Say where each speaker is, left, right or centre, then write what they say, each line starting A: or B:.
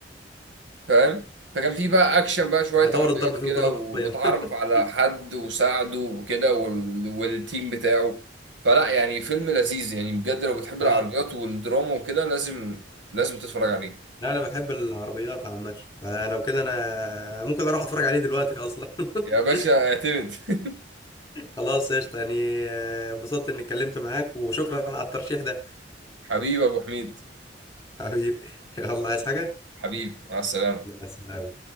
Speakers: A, on the right; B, on the left.
A: فاهم فكان في بقى اكشن بقى شوية
B: ادور
A: عربيات
B: الضرب فيهم
A: كده
B: كلهم
A: و-
B: حرفيا
A: واتعرف
B: <laughs>
A: على حد وساعده وكده وال... والتيم بتاعه فلا يعني فيلم لذيذ يعني بجد لو بتحب
B: اه
A: العربيات والدراما وكده لازم لازم تتفرج عليه
B: لا انا بحب العربيات عامه فلو كده انا ممكن اروح اتفرج عليه دلوقتي اصلا
A: يا
B: <laughs>
A: باشا اعتمد <laughs>
B: خلاص قشطه يعني آه، اتبسطت اني اتكلمت معاك وشكرا على الترشيح ده
A: حبيبي ابو حميد
B: حبيبي <laughs> يلا عايز حاجه
A: حبيبي مع السلامة
B: مع السلامة